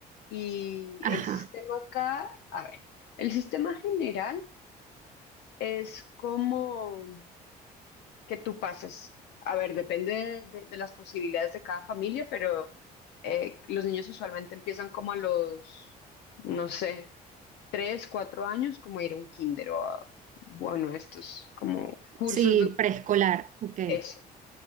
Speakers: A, on the left; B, on the right.
A: Y
B: Ajá,
A: el sistema acá, a ver, el sistema general es como que tú pasas, a ver, depende de, de las posibilidades de cada familia, pero eh, los niños usualmente empiezan como a los, no sé, tres, cuatro años, como ir a un kinder o a, bueno, estos como cursos
B: sí,
A: de
B: preescolar, ok.
A: eso.